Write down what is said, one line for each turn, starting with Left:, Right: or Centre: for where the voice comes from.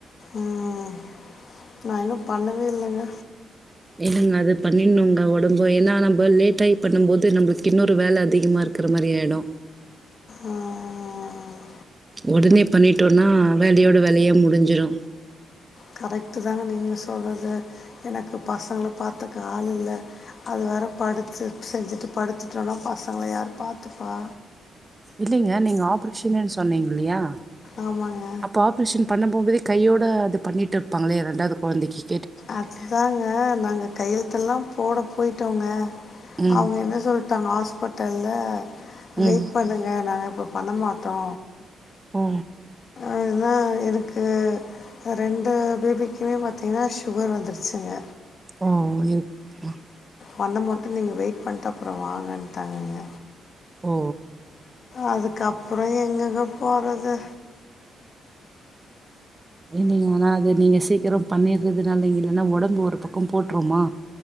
Left: ம் நா இன்னு பண்ணவே இல்லங்க
Right: என்னங்க அது பண்ணினுங்க ஒடம்பு ஏன்னா நம்ம லேட்டாகி பண்ணும் போது நம்மளுக்கு இன்னொரு வேலை அதிகமா இருக்கிற மாரி ஆயிடு
Left: ஆ,
Right: உடனே பண்ணிட்டோனா வேலையோட வேலையா முடிஞ்சிடு
Left: கரெக்ட் தாங்க நீங்க சொல்றது எனக்கு பசங்கள பாத்துக்க ஆள் இல்ல அது வேற படுத்து செஞ்சுட்டு படுத்துட்டோனா பசங்கல யார் பாத்துப்பா
Right: இல்லைங்க நீங்க ஆபரேஷன்னு சொன்னீங்க இல்லையா
Left: ஆமாங்க
Right: அப்ப ஆப்ரேஷன் பண்ண போபதே கை ஐோட அது பண்ணிட்டு இருப்பாங்களே இரண்டாவது குழைக்கு
Left: அதுதாங்க நாங்க கையெழுத்த எல்லா போட போயிட்டோங்க
Right: ம்
Left: அவங்க என்ன சொல்லிட்டாங்க ஹாஸ்பிட்டல்ல
Right: ம்
Left: வெயிட் பண்ணுங்க நாங்க இப்போ பண்ணமாட்டோ
Right: ஒ
Left: அதுதா எனக்கு ரெண்டு பேபிக்குமே பார்த்தீங்கன்னா சுகர் வந்துருச்சுங்க
Right: ஆ இருக்கு ம்
Left: வந்த மட்டும் நீங்கள் வெயிட் பண்ண அப்புற வாங்கன்ட்டாங்கங்க
Right: ஓ
Left: அதுக்கப்புற எங்கங்க போறது
Right: இல்ங்க ஆனா அது நீங்க சீக்கிர பண்ணறதுனாலங்க இல்ன்னா உடம்பு ஒரு பக்கம் போட்றுமா